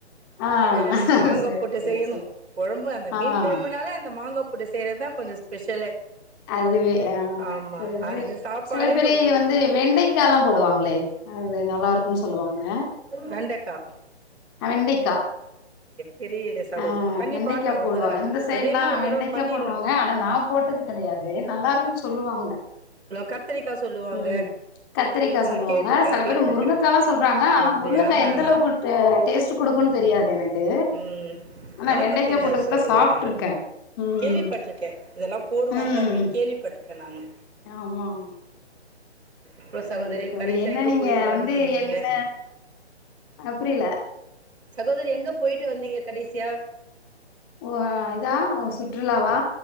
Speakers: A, on the left; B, on the right.
A: ஆ
B: அதா அந்த மாங்கா
A: சரி
B: போட்டு
A: சரி
B: செய்யணு
A: சரி
B: கொழம்பு அந்த மீன்
A: ஆ
B: கொழம்புனால அந்த மாங்கா புட்டு செய்யறதா கொஞ்ச ஸ்பெஷலே
A: அதுவே ஆ
B: ஆமா
A: சரி சரி
B: அந்த சாப்பாடே
A: சில பேர்
B: ஒரு
A: இங்க
B: வித
A: வந்து வெண்டைக்கால்லா போடுவாங்களே அது நல்லா இருக்குன்னு சொல்லுவாங்க
B: வெண்டைக்காய்
A: வெண்டைக்கா
B: தெரியலே சகோதரி
A: ஆ
B: பண்ணி
A: வெண்டைக்கா
B: பாக்கலா ஒரு
A: போடுவாங்க
B: தடவ
A: இந்த சைட்லா
B: எதையுமே ஒரு
A: வெண்டைக்கா
B: தடவ பண்ணினு
A: போடுவாங்க ஆனா நா போட்டது கெடையாது நல்லா இருக்கு சொல்லுவாங்க
B: கத்திரிக்காய் சொல்லுவாங்க
A: ம் கத்திரிக்கா
B: ஆ
A: சொல்லுவாங்க
B: கேட்டிருக்கேன்
A: செல
B: கேட்டிருக்கேன்
A: பேரு முருங்கக்கால்லா சொல்றாங்க ஆனா
B: அப்படியா
A: முருங்கக்கா எந்த அளவுக்கு
B: நான்
A: டேஸ்ட் குடுக்குன்னு தெரியாது எனக்கு
B: ம்
A: ஆனா
B: எனக்கு
A: வெண்டைக்கா
B: தெரியாது
A: போட்டது கூட
B: சகோதரி
A: சாப்ட்ருக்கே ம்
B: கேள்விப்பட்டிருக்கே இதெல்லா போடுவாங்க
A: ம்
B: அப்பிடின் கேள்விப்பட்ருகே க்க நானு
A: ஆமா ஆமா
B: அப்புறம்
A: சரிங்க
B: சகோதரி
A: தோழி
B: கடைசியாக
A: என்ன
B: எங்கே
A: நீங்க
B: போயிட்டு வந்தீங்க
A: வந்து
B: நீங்கள்
A: என்ன அ புரியல
B: சகோதரி எங்க போயிட்டு வந்தீங்க கடைசியா
A: ஓ இதா ஓ சுற்றுலாவா